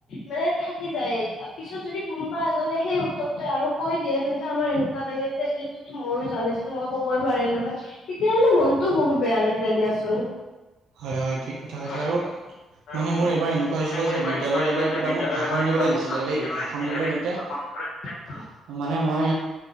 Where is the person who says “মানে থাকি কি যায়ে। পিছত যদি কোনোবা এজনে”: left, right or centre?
Left